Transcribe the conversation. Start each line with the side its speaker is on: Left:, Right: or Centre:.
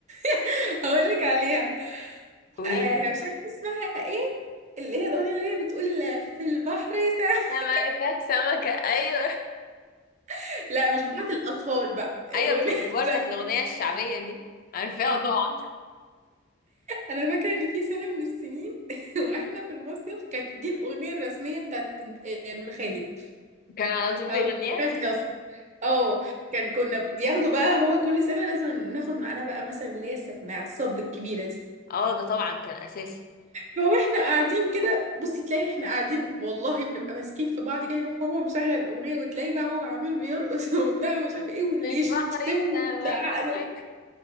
Right: <laughs> هقول لك عليها
Left: قولي
Right: آه، مش عارفة اسمها ايه اللي هي الأغنية اللي هي بتقول في البحر ساعة
Left: سمكه سمكه ايوه
Right: <laughs> لا مش بتاعت الأطفال بقى الأغنية
Left: ايوه بتاعت الكبار
Right: التانية
Left: بتاعت الاغنيه الشعبيه دي عارفاها طبعا
Right: انا فاكره ان في سنه من السنين <laughs> واحنا في المصيف كانت دي الاغنيه الرسميه بتاعت بنت آه، ابن خالي
Left: كان على طول
Right: او
Left: بيغنيها
Right: خالتي الأغنية اصلا اه كان كنا بياخدوا بقى هو كل سنه لازم ناخد معانا بقى مثلا اللي هي السماعه الصب الكبيره دي
Left: اه ده طبعا كان اساسي
Right: فاحنا قاعدين كده بصي تلاقي احنا قاعدين والله بنبقى ماسكين في بعض كده يروح هو مشغل الاغنيه وتلاقي بقى هو عامل بيرقص <laughs> وبتاع ومش عارف ايه واللي
Left: في البحر
Right: يشتمه واللي
Left: سمكه
Right: يزعق له
Left: ايوه